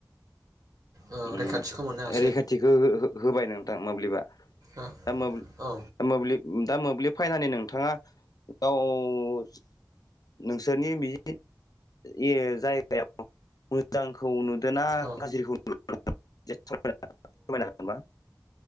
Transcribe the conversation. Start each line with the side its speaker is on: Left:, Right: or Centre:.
Left: <inaudible>
Right: औ
Left: उम
Right: रैखाथिखौ मोननो हासै
Left: रैखाथिखौ हो हो होबाय नोंथां मोब्लिबा।
Right: औ
Left: दा मोब्लि
Right: औ
Left: दा मोब्लि दा मोब्लिब फायनानै नोंथाङा गाव <inaudible> नोंसोरनि बि <inaudible> ए जायगायाव मोजांखौ नुदोना
Right: औ
Left: गाज्रिखौ नुदों <inaudible> खमायनो हागोनबा <inaudible>